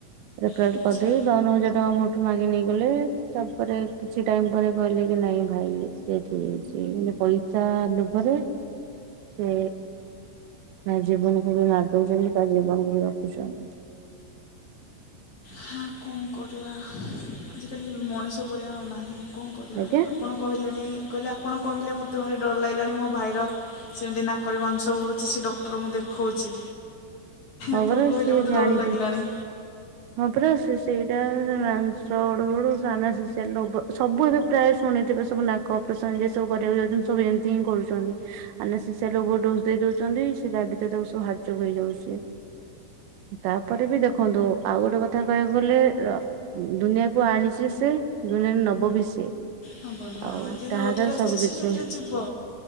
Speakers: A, on the right; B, on the left.
A: ରେଫରାଲ୍
B: ଆଚ୍ଛା
A: କରିଦେଇକି ବାଉନ ହଜାର ଟଙ୍କା ମୋ ଠୁ ମାଗି ନେଇ ଗଲେ ତାପରେ କିଛି ଟାଇମ୍ ପରେ କହିଲେକି ନାଇଁ ଭାଇ ଡେଥ୍ ହେଇଯାଇଚି ମାନେ ପଇ ଚା ଲୋଭରେ ସେ କାଜୀବନକୁବି ମାରିଦଉଚନ୍ତି କା ଜୀବନକୁବି ରଖୁଚନ୍ତି।
B: ହା କଣ କରିବା ଆଜିକାଲି ମଣିଷ ପଣିଆ ଆଉ ନାହିଁ କଣ କରିବା
A: ଆଜ୍ଞା
B: ଆପଣ କହିଲେଣି କହିଲେ ଆପଣ କହିଲେ ମତେ ଭାରି ଡର ଲାଗିଲାଣି ମୋ ଭାଇର ସେମିତି ନାକରେ ମାଂସ ବଢ଼ୁଚି ସେଡକ୍ଟରଙ୍କୁ ଦେଖଉଚି।
A: ହଁ
B: ଆପଣ
A: ପରା
B: କହିଲେ
A: ସିଏ
B: ମତେ
A: ଜାଣିବେ
B: ଡର ଲାଗିଲାଣି।
A: ହଁ ପରା ସିଏ ସେଇଟା ପୁରା ମାଂସ ବଢୁ ବଢୁ ସାନ ସିସି ଆଲ୍ ସବୁ ଏବେ ପ୍ରାୟ ଶୁଣିଥିବେ ସବୁ ନାକ <unintelligible> ସବୁ କରିବାକୁ ଯାଉଚନ୍ତି ସବୁ ଏମିତି ହିଁ କରୁଚନ୍ତି। ଆନେସେସିଆଲ ଓଭର ଡୋଜ୍ ଦେଇ ଦଉଚନ୍ତି ସେ ତା ଭିତରେ ତାକୁ ସବୁ ହାଟ୍ ଚୋକ୍ ହେଇଯାଉଚି। ତାପରେବି ଦେଖନ୍ତୁ ଆଉ ଗୋଟେ କଥା କହିବାକୁ ଗଲେ ର ଦୁନିଆକୁ ଆଣିଚି ସେ ଦୁନିଆରୁ ନବବି ସେ।
B: ହଁବ ହଁ
A: ଆଉ
B: ଯିଏ
A: ତା
B: ଯେଉଁଥିରେ
A: ହାତରେ
B: ଆସିଚି
A: ସବୁ
B: ସିଏ
A: କିଛି
B: ସେଥିରେ ଯିବ